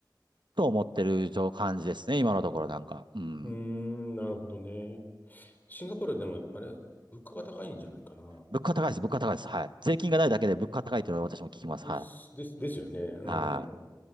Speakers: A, on the right; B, on the left.
A: と思ってる状感じですね。今のところなんか。うん。
B: うーん、なるほどね。シンガポールはでも、あれ、物価が高いんじゃないかな。
A: 物価高いです。物価高いです。はい。税金がないだけで物価高いというのは私も聞きます。
B: です、
A: はい。
B: です、ですよね。うん。
A: はい。